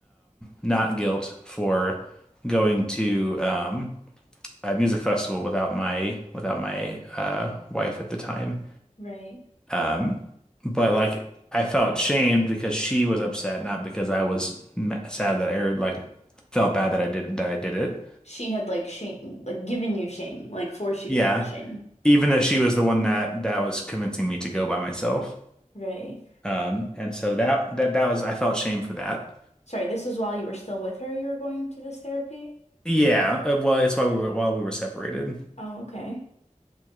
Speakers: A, in the centre; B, on the left.
A: not guilt, for going to. Um, uh, music festival without my without my uh, wife at the time.
B: right.
A: Um, but like I felt shamed because she was upset, not because I was ma- sad that I or, like felt bad that I did that I did it.
B: She had like shame, like given you shame, like forced you
A: Yeah,
B: to feel shame.
A: even though she was the one that that was convincing me to go by myself.
B: Right.
A: Um, and so that that that was I felt shame for that.
B: Sorry, this was while you were still with her, you were going to this therapy?
A: Yeah, uh, well, it's why we were while we were separated,
B: Oh, okay.